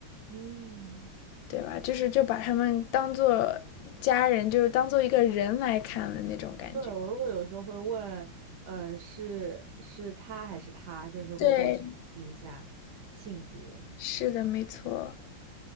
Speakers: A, on the right (about 90°); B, on the left (about 80°).
A: 嗯。
B: 对吧？就是就把他们当做家人，就是当做一个人来看了那种感觉。
A: 对，我都会有时候会问，呃，是是他还是他，就是会再确定一下性别。
B: 对，是的，没错。